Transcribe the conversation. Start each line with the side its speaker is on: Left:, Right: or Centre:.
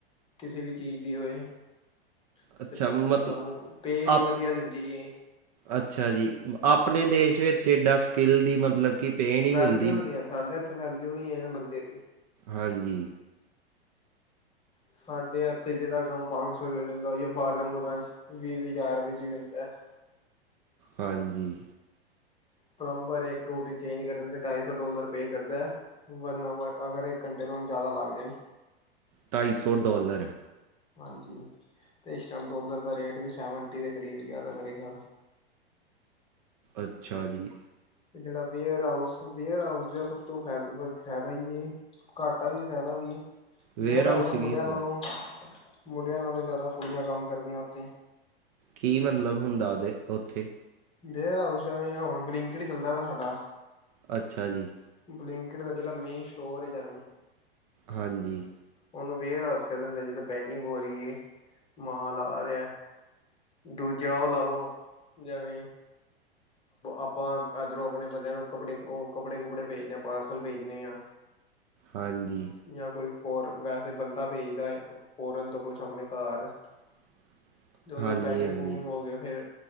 Left: ਕਿਸੇ ਵੀ ਚੀਜ਼ ਦੀ ਹੋਏ, ਅਤੇ
Right: ਅੱਛਾ
Left: ਕੰਪਨੀ
Right: ਮਤਲਬ
Left: ਤੁਹਾਨੂੰ ਪੇ ਵੀ
Right: ਆਪ
Left: ਵਧੀਆ ਦਿੰਦੀ।
Right: ਅੱਛਾ ਜੀ। ਆਪਣੇ ਦੇਸ਼ ਵਿੱਚ ਏਡਾ ਸਕਿੱਲ ਦੀ ਮਤਲਬ ਕਿ ਪੇ ਨਹੀਂ
Left: ਵੈਲਿਊ
Right: ਮਿਲਦੀ
Left: ਨੀ ਹੈ, ਸਾਡੇ ਇੱਥੇ ਵੈਲਿਊ ਨੀ ਹੈ ਬੰਦੇ ਦੀ।
Right: ਹਾਂਜੀ।
Left: ਸਾਡੇ ਇੱਥੇ ਜਿਹੜਾ ਕੰਮ ਪੰਜ ਸੌ ' ਹੋ ਜਾਂਦਾ ਜ ਉਹ ਬਾਹਰ ਦੇ ਮੁਲਕਾਂ 'ਚ ਵੀਹ- ਵੀਹ ਹਜ਼ਾਰ ਵਿੱਚ ਚ' ਵੀ ਹੁੰਦਾ।
Right: ਹਾਂਜੀ।
Left: ਪਲੰਬਰ ਇੱਕ ਟੂਟੀ ਚੇਂਜ ਕਰਨ ਦੇ ਢਾਈ ਸੌ ਡੋਾਲਰ ਪੇ ਕਰਦਾ ਹੈ। ਵਨ ਆਵਰ, ਅਗਰ ਘੰਟੇ ਤੋਂ ਹੁਣ ਜ਼ਿਆਦਾ ਲੱਗ ਜਾਣ।
Right: ਢਾਈ ਸੌ ਡਾਲਰ।
Left: ਹਾਂਜੀ। ਤੇ ਇਸ ਟਾਈਮ ਡੋਲਰ ਦਾ ਰੇਟ ਵੀ ਸੈਵਨਟੀ ਦੇ ਕਰੀਬ ਜ਼ਿਆਦਾ ਮੇਰੇ ਖਿਆਲ।
Right: ਅੱਛਾ ਜੀ।
Left: ਤੇ ਜਿਹੜਾ ਵੇਅਰ ਹਊਸ, ਵੇਅਰਹਾਊਸ ਜ ਸਭ ਤੋਂ ਫ- ਫਾਇਦਾ ਹੀ ਹੈ। ਘਾਟਾ ਵੀ, ਫਾਇਦਾ ਵੀ,
Right: ਵੇਅਰ
Left: ਵੇਅਰਹਾਾਊਸ
Right: ਹਾਊਸ
Left: ਦੇ
Right: ਕੀ
Left: ਮੁੰਡਿਆਂ
Right: ਹੁੰਦਾ
Left: ਨਾਲੋਂ ਮੁੰਡਿਆਂ ਨਾਲੋਂ ਜ਼ਿਆਦਾ ਕੁੜੀਆਂ ਕੰਮ ਕਰਦੀਆਂ ਉੱਥੇ।
Right: ਕੀ ਮਤਲਬ ਹੁੰਦਾ ਉਹਦੇ, ਉੱਥੇ।
Left: ਵੇਅਰਹਾਾਊਸ ਜਾਵੇਂ, ਹੁਣ ਬਲਿੰਕੜ ਹੀ ਚੱਲਦਾ ਵਾ ਸਾਡਾ।
Right: ਅੱਛਾ ਜੀ।
Left: ਬਲਿੰਕਟ ਦਾ ਜਿਹੜਾ ਮੇਨ ਸਟੋਰ ਹੈ ਜੇਵੇ
Right: ਹਾਂਜੀ।
Left: ਉਹਨੂੰ ਵੇਅਰ ਹਾਊਸ ਕਹਿ ਦ ਹੁੰਦੇ ਜਦੋਂ ਪੈਕਿੰਗ ਹੋ ਰਹੀ ਹੈ, ਮਾਲ ਆ ਰਿਹਾ। ਦੂਜਾ ਉਹ ਲਾ ਲਓ, ਜਿਵੇਂ ਆਪਾਂ ਇਦਰਰੋਂ ਆਪਣੇ ਬੰਦਿਆਂ ਨੂੰ ਕੱਪੜੇ, ਉਹ ਕੱਪੜੇ- ਕੁੱਪੜੇ ਭੇਜਦੇ ਹਾਂ, ਪਾਰਸਲ ਭੇਜਣੇ ਹਾਂ।
Right: ਹਾਂਜੀ।
Left: ਜਾਂਆ ਕੋਈ ਫਰ, ਵੈਸੇ ਬੰਦਾ ਭੇਜਦਾ ਫੋੌਰਨ ਤੋਂ ਕੁਛ ਆਪਣੇ ਘਰ।
Right: <inaudible>
Left: ਜੋ, ਜੋ ਪੈਕਿੰਗ
Right: ਹਾਂਜੀ
Left: -ਪੂਕਿੰਗ ਹੋ ਗਏ ਫੇਰ,